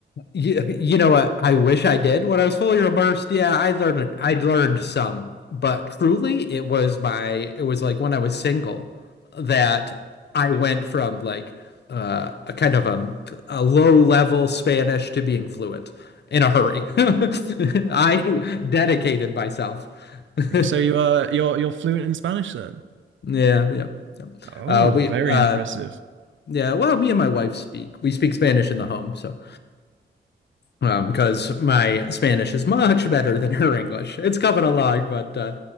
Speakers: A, on the left; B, on the right.
A: You, you know what? I wish I did when I was fully immersed. Yeah, I learned I learned some, but truly, it was my it was like when I was single that I went from like uh, a kind of a, a low level Spanish to being fluent in a hurry. <laughs> I dedicated myself. <laughs>
B: Right, So you are you're you're fluent in Spanish then?
A: Yeah, yeah, yeah.
B: Oh,
A: Uh, we
B: very
A: uh,
B: impressive.
A: yeah. Well, me and my wife speak. We speak Spanish in the home, so. Um, because my Spanish is much better than her English. It's coming along, but uh,